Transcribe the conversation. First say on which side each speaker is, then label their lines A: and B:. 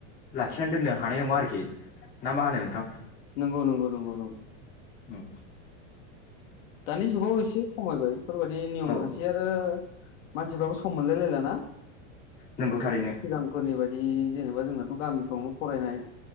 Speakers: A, on the left; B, on the left.
A: लाखिनानै दोननो हानाय नङा आरोखि ना मा होनो नोंथां?
B: नंगौ नंगौ नंगौ नंगौ।
A: उम।
B: दानि जुगाव एसे खमायबाय बेफोरबायदि नियम
A: औ
B: खान्थि आरो मानसिफ्राबो सम मोनलायलायला ना।
A: नंगौ थारैनो
B: सिगांफोरनि बाय जे जेनेबा जोंना थ' गामिफ्रावनो फरायनाय